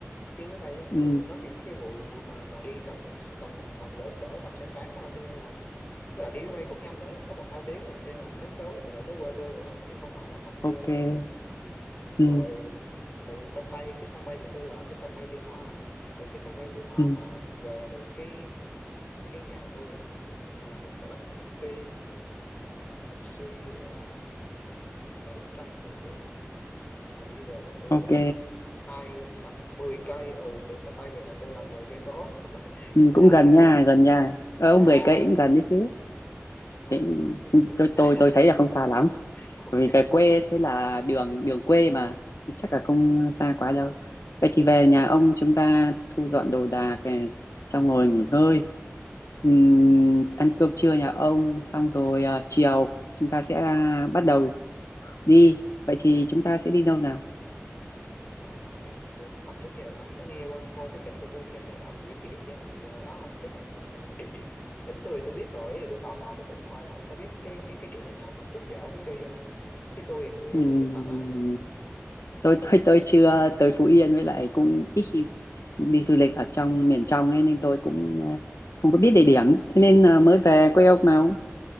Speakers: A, on the left; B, on the left.
A: chứ máy bay nó thường
B: Ừm,
A: thường nó ít cái vụ mà mà đi tầm tầm tầm lỡ cỡ tầm sáng sáng thôi cho nên là với lại đi máy bay cũng nhanh nữa có một hai tiếng à cho nên là sáng sớm là mình đã tới quê tôi rồi á chứ không phải là tầm
B: ok.
A: trưa đâu
B: Ừm,
A: rồi từ sân bay cái sân bay của tôi là cái sân bay Tuy Hòa từ cái sân bay Tuy Hòa
B: ừm,
A: mà về được cái cái nhà tôi cũng, cũng là mình phải bắt taxi taxi là cỡ trăm nghìn đi là đi về nhà tôi
B: ok.
A: nữa là tầm hai tầm mười cây ừ từ sân bay về nhà tôi là mười cây số <laughs>
B: Ừm,
A: cũng xa
B: cũng gần
A: phết
B: nha,
A: á
B: gần nha. Ở
A: xa
B: 10 cây
A: hai
B: cũng gần đấy chứ.
A: ừ
B: Thế
A: nhưng mà tôi
B: tôi
A: thấy xa
B: tôi
A: <laughs>
B: tôi thấy là không xa lắm.
A: ok
B: Bởi vì về quê thế là đường đường quê mà thì chắc là không xa quá đâu. Vậy thì về nhà ông chúng ta thu dọn đồ đạc này, xong ngồi nghỉ ngơi, Ừm,
A: Ừ.
B: ăn cơm trưa nhà ông, xong rồi à, chiều chúng ta sẽ à, bắt đầu đi. Vậy thì chúng ta sẽ đi đâu nào?
A: Rồi ok cũng được. Ông trước giờ là ông có nghe qua qua cái tỉnh của tôi chưa hay là ông có biết cái địa danh gì ở đó không? Ý là này nè, địa địa tỉnh tôi thì tôi biết rồi thì tôi tò mò có thử coi là ông có biết cái cái cái địa danh nào mà trước giờ ông muốn đi không? Chứ tôi thì tôi
B: Ừm,
A: tôi tôi thoải mái.
B: tôi tôi tôi chưa tới Phú Yên với lại cũng ít khi đi du lịch ở trong miền trong ấy nên tôi cũng à, không có biết địa điểm. Thế nên là mới về quê ông mà ông,